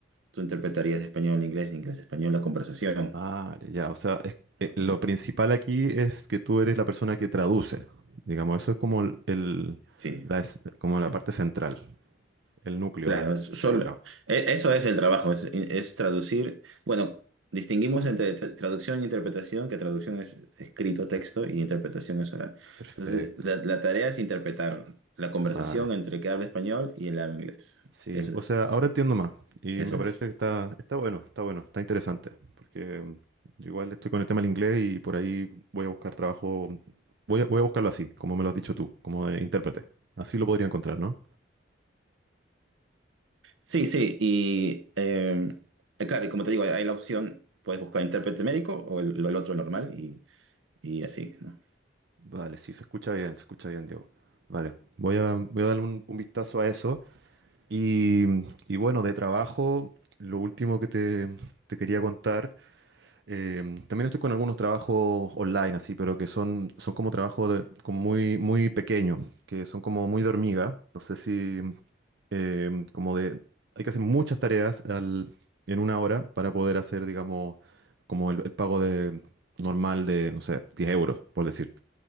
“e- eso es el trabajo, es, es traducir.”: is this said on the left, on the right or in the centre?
Right